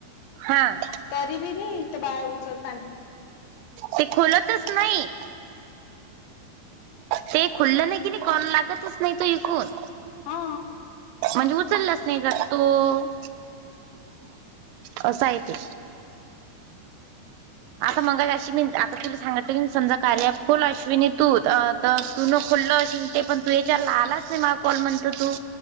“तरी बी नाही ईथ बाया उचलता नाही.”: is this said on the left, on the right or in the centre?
Left